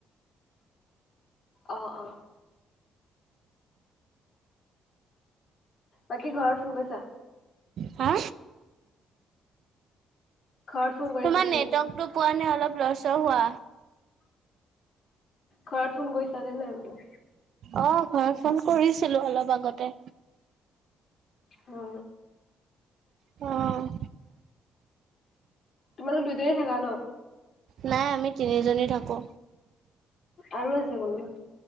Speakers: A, on the left (about 55°); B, on the right (about 65°).
A: অ অ। বাকী ঘৰত ফোন কৰিছা?
B: হা?
A: ঘৰত ফোন কৰিছা
B: তোমাৰ
A: নে
B: নেটৱৰ্কটো
A: নাই?
B: পোৱা নাই অলপ লৰচৰ হোৱা।
A: ঘৰত ফোন কৰিছা নে নাই বোলো?
B: অ ঘৰত ফোন কৰিছিলো অলপ আগতে।
A: অ
B: অঁ।
A: তোমালোক দুজনী থাকা ন?
B: নাই আমি তিনিজনী থাকো।
A: আৰু আছে কোনোবা?